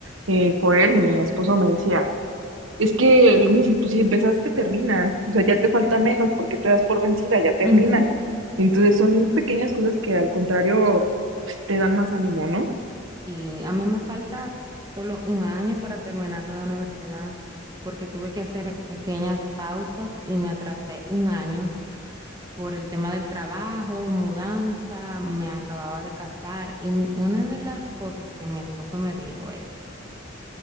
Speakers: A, on the right; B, on the right.
A: eh, Joel, mi esposo, me decía, es que el- me dice, pues si empezaste, termina. O sea, ya te falta menos, porque te das por vencida? Ya termina.
B: Ujú.
A: Entonces son pequeñas cosas que al contrario, pues, te dan más ánimo, ¿no?
B: Sí, a mí me falta solo un año para terminar la universidad porque tuve que hacer pequeñas pausas y me atrasé un año por el tema del trabajo, mudanza, me acababa de casar y una de las cosas que mi esposo me dijo es